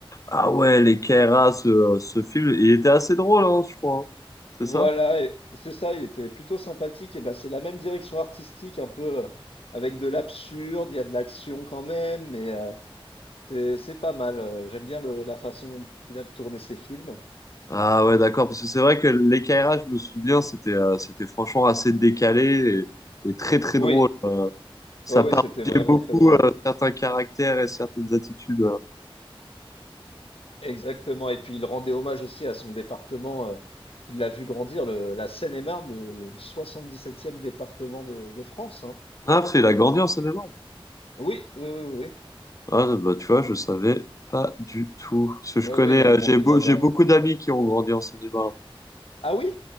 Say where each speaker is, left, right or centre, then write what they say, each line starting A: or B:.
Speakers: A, on the left (about 35°); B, on the left (about 75°).
A: Ah ouais, les Kairas, ce, ce film, il était assez drôle, hein, je crois. hein. C'est
B: Voilà,
A: ça?
B: et c'est ça, il était plutôt sympathique. Et bah, c'est la même direction artistique, un peu euh, avec de l'absurde, il y a de l'action quand même, mais euh, c'est c'est pas mal. euh, J'aime bien le- la façon dont il a de tourner ses films.
A: Ah ouais, d'accord. Parce que c'est vrai que les Kairas, je me souviens, c'était euh, c'était franchement assez décalé et, et très très
B: Oui,
A: drôle. Euh, ça
B: oui, oui,
A: parodiait
B: c'était vraiment
A: beaucoup
B: très drôle.
A: euh, certains caractères et certaines attitudes. euh.
B: Exactement. Et puis il rendait hommage aussi à son département euh, qu'il a vu grandir, le- la Seine-et-Marne, le, le 77e département de, de France, hein.
A: Ah, parce qu'il a grandi en cinéma.
B: Oui, oui, oui, oui,
A: Ah, bah, tu vois, je savais pas du tout. Parce que je
B: oui,
A: connais,
B: oui, il a
A: euh,
B: grandi
A: j'ai beau-
B: là-bas.
A: j'ai beaucoup d'amis qui ont grandi en Seine-et-Marne.
B: Ah oui?